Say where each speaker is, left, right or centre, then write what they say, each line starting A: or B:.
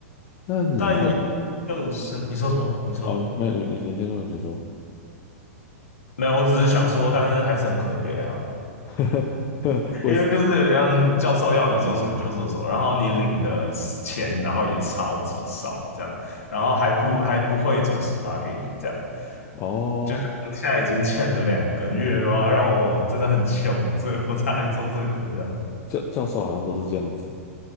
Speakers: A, on the left; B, on the left.
A: 那你怎么会？
B: 但也就是你说什么？你说
A: 哦，没有你你先说，你先说。
B: 没有？我只是想说，但是还是很可悲啊，
A: <laughs>
B: <laughs>
A: 我也是
B: 因为就是有点像教授要你做什么你就做什么，然后你领的钱，然后也超级少，这样，然后还不还不会准时发给你，这样。
A: 哦，
B: 就是我现在已经欠了两个月啊，让我真的很穷，所以我才来做这个这样。
A: 教教授好像都是这样子。